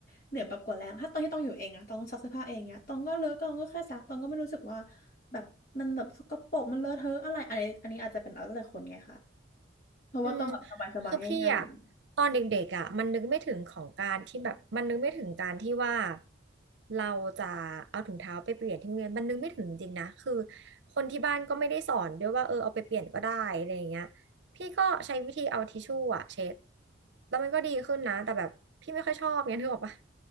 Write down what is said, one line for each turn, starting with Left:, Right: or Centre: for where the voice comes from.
Left: เหนือแบบกว่าแรงถ้าตอนที่ตองอยู่เองอะตองต้องซักเสื้อผ้าเองเนี้ยตองก็เลอะก็ตองก็แค่ซักตองก็ไม่รู้สึกว่าแบบมันแบบสกปรกมันเลอะเทอะอะไรอันนี้อันนี้อาจจะเป็นแล้วแต่คนไงคะเพราะว่าตองแบบสบายๆง่ายๆอยู่
Right: อืมคือพี่อะตอนเด็กๆอะมันนึกไม่ถึงของการที่แบบมันนึกไม่ถึงการที่ว่าเราจะเอาถุงเท้าไปเปลี่ยนที่โรงเรียนมันนึกไม่ถึงจริงๆนะคือคนที่บ้านก็ไม่ได้สอนด้วยว่าเออเอาไปเปลี่ยนก็ได้อะไรอย่างเงี้ยพี่ก็ใช้วิธีเอาทิชชู่อะเช็ดแล้วมันก็ดีขึ้นนะแต่แบบพี่ไม่ค่อยชอบเงี้ยนึกออกปะ